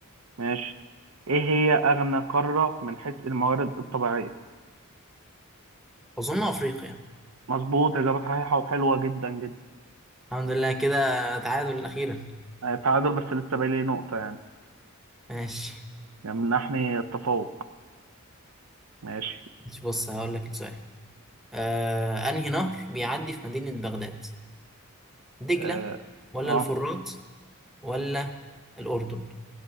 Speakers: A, on the right (about 70°); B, in the centre.
A: ماشي إيه هي أغنى قارة من حيث الموارد الطبيعية
B: اظن افريقيا
A: مظبوط إجابة صحيحة وحلوة جدا جدا
B: الحمد لله كده تعادل اخيرا
A: آه، تعادل بس لسه باقي لي نقطة يعني
B: ماشي
A: يمنحني التفوق ماشي
B: ماشي، بص هقول لك السؤال آه انهي نهر بيعدي في مدينة بغداد دجلة
A: اه,
B: ولا
A: آه.
B: الفرات ولا الاردن